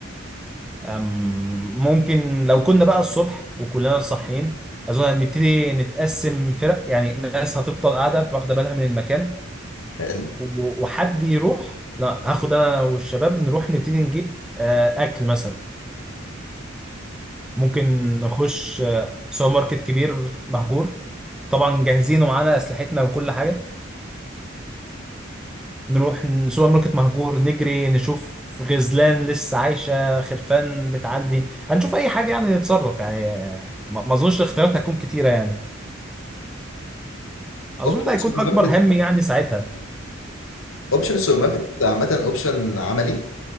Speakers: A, in the centre; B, on the left (about 90°).
A: آم، ممكن لو كنا بقى الصبح وكلنا صاحيين اظن ان نبتدي نتقسم فرق يعني ناس هتفضل قاعده واخده بالها من المكان
B: حلو
A: و- وحد يروح لا هاخد انا والشباب نروح نبتدي نجيب آه اكل مثلا ممكن نخش آه سوبر ماركت كبير مهجور طبعا جاهزين ومعانا اسلحتنا وكل حاجه نروح ن- سوبر ماركت مهجور نجري نشوف غزلان لسه عايشة خرفان بتعدي هنشوف أي حاجة يعني نتصرف يعني ما ما أظنش الاختيارات هتكون كتيرة يعني أظن
B: اوبشن
A: ده
B: السوبر
A: هيكون أكبر
B: ماركت
A: هم يعني ساعتها
B: اوبشن السوبر ماركت عامة اوبشن عملي